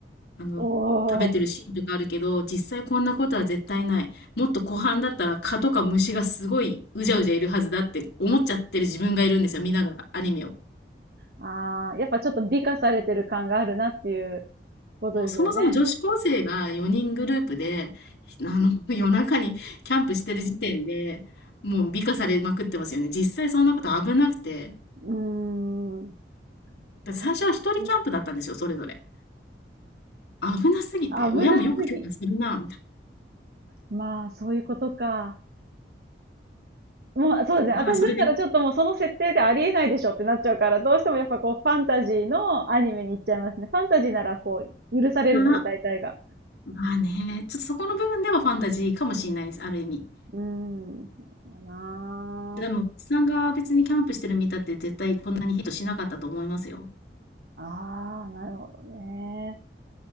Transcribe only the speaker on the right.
お
ー。
あー、やっぱちょっと美化されてる感があるなっていうことですよね。
うーん。
なるほどね。
危なすぎ。
まあ、そういうことか。もう、そうですね。
私だったらちょっともうその設定でありえないでしょってなっちゃうから、
どうしてもやっぱこうファンタジーのアニメに行っちゃいますね。ファンタジーならこう許されるので大体が。
うん。うんだな
あ。ああ、なるほどね。